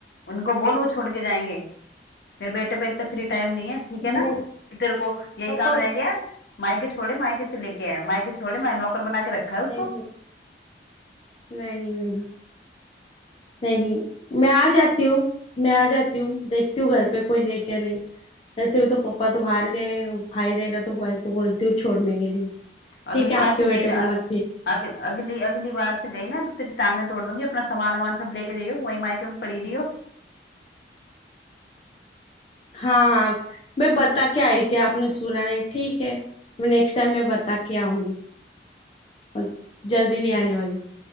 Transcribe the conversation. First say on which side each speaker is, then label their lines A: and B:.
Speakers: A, on the left; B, on the left.
A: उनको बोल वो छोड़ के जाएंगे मेरे बेटे पे इतना फ्री टाइम नहीं है ठीक
B: नहीं
A: है ना कि तेरे को यही
B: पापा
A: काम रह गया है? मायके छोड़े मायके से लेके आया मायके छोड़े मैं नौकर बना के रखा है उसको
B: नहीं नहीं नहीं नहीं मैं आ जाती हूँ मैं आ जाती हूँ देखती हूँ घर पे कोई है क्या नहीं वैसे भी तो पापा तो बाहर गए और भाई रहेगा तो भाई को बोलती हूँ छोड़ने के लिए
A: अगली
B: ठीक है
A: बार
B: आपके
A: से
B: बेटे
A: गई ना
B: को मत भेज
A: अग, अगली अगली बार से गई ना तो तेरी टांगे तोड़ दूंगी अपना सामान वामान सब लेके जाइयो वही मायके में पड़ी रही हो।
B: हाँ हाँ मैं बता के आई थी आपने सुना नहीं ठीक है मैं नेक्स्ट टाइम मैं बता के आऊंगी और जल्दी नहीं
A: जि-
B: आने वाली